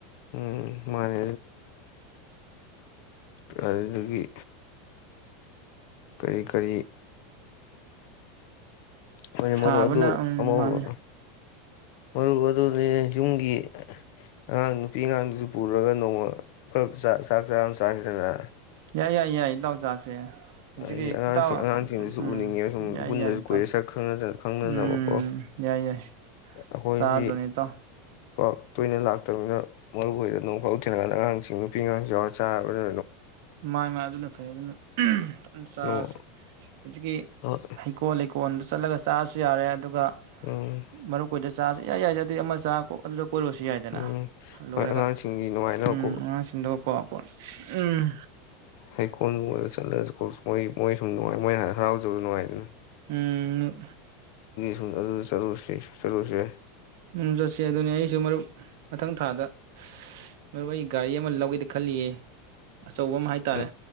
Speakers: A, on the left (about 65°); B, on the right (about 65°).
A: ꯎꯝ ꯃꯥꯅꯦ ꯀꯥꯏꯗꯒꯤ ꯀꯔꯤ ꯀꯔꯤ ꯍꯣꯏꯅꯦ
B: ꯁꯥꯕꯅ
A: ꯃꯔꯨꯞ ꯑꯗꯨ
B: ꯑꯪ
A: ꯑꯃ
B: ꯃꯥꯅꯤ
A: ꯃꯔꯨꯞ ꯑꯗꯨꯅꯤ ꯌꯨꯝꯒꯤ ꯑꯉꯥꯡ ꯅꯨꯄꯤ ꯑꯉꯥꯡꯗꯨꯁꯨ ꯄꯨꯔꯒ ꯅꯣꯡꯃ ꯄꯨꯂꯞ ꯆꯥꯛ ꯆꯥꯔ ꯆꯥꯁꯤꯗꯅ
B: ꯌꯥꯏ ꯌꯥꯏ ꯌꯥꯏ ꯂꯥꯎꯦ ꯆꯥꯁꯦ ꯍꯧꯖꯤꯛꯀꯤ
A: ꯍꯥꯏꯗꯤ ꯑꯉꯥꯡꯁꯤꯡ
B: ꯏꯇ
A: ꯑꯉꯥꯡꯁꯤꯡꯗꯁꯨ ꯎꯅꯤꯡꯉꯦ
B: ꯎꯝ
A: ꯁꯨꯝ
B: ꯌꯥꯏ
A: ꯄꯨꯟꯗꯁꯨ
B: ꯌꯥꯏ
A: ꯀꯨꯏꯔꯦ
B: ꯏꯇ
A: ꯁꯛ ꯈꯪꯅꯗꯅꯕꯀꯣ
B: ꯎꯝ ꯌꯥꯏ ꯌꯥꯏ
A: ꯑꯩꯈꯣꯏꯗꯤ
B: ꯆꯥ ꯑꯗꯨꯅꯤꯇ
A: ꯄꯥꯛ ꯇꯣꯏꯅ ꯂꯥꯛꯇꯕꯅꯤꯅ ꯃꯔꯨ ꯑꯣꯏꯏꯗ ꯅꯣꯡꯐꯥꯎ ꯊꯦꯡꯅꯀꯥꯟꯗ ꯑꯉꯥꯡꯁꯤꯡ ꯅꯨꯄꯤ ꯑꯉꯥꯡꯁꯨ ꯌꯥꯎꯔ ꯆꯥꯔꯕꯅꯤ
B: ꯃꯥ ꯃꯥ ꯑꯗꯨꯅ ꯐꯩ ꯑꯗꯨꯅ ꯎꯝ ꯆꯥꯁꯦ
A: ꯅꯣꯡ
B: ꯍꯧꯖꯤꯛꯀꯤ
A: ꯍꯣꯏ
B: ꯍꯩꯀꯣꯜ ꯂꯩꯀꯣꯜꯗ ꯆꯠꯂꯒ ꯆꯥꯔꯁꯨ ꯌꯥꯔꯦ ꯑꯗꯨꯒ
A: ꯎꯝ
B: ꯃꯔꯨꯞ ꯀꯣꯏꯗ ꯆꯥ ꯌꯥꯏ ꯌꯥꯏ ꯑꯗꯨꯏ ꯑꯃ ꯆꯥꯀꯣ ꯑꯗꯨꯗ ꯀꯣꯠꯂꯨꯁꯨ ꯌꯥꯏꯗꯅ
A: ꯎꯝ
B: ꯂꯣꯏꯔꯒ
A: ꯍꯣꯏ ꯑꯉꯥꯡꯁꯤꯡꯒꯤ ꯅꯨꯡꯉꯥꯏꯅꯕ
B: ꯎꯝ
A: ꯀꯣ
B: ꯑꯉꯥꯡꯁꯤꯡꯗꯨꯒꯀꯣꯣ ꯎꯝ
A: ꯍ ꯀꯣꯟ ꯆꯂ ꯀ ꯃꯣꯏ ꯃꯣꯏ ꯁꯨꯝ ꯅꯨꯡꯉꯥꯏ ꯃꯣꯏꯅ ꯍꯔꯥꯎꯖꯕꯁꯨ ꯉꯥꯏꯗꯅ
B: ꯎꯝ
A: ꯎꯝ ꯑꯗꯨꯗ ꯆꯠꯂꯨꯁꯤ ꯆꯠꯂꯨꯁꯨ ꯌꯥꯏ
B: ꯎꯝ ꯆꯠꯁꯤ ꯑꯗꯨꯅꯤ ꯑꯩꯁꯨ ꯃꯔꯨꯞ ꯃꯊꯪ ꯊꯥꯗ ꯃꯔꯨꯞ ꯑꯩ ꯒꯥꯔꯤ ꯑꯃ ꯂꯧꯒꯦꯗ ꯈꯜꯂꯤꯌꯦ ꯑꯆꯧꯕ ꯑꯃ ꯍꯥꯏꯇꯥꯔꯦ
A: ꯎꯝ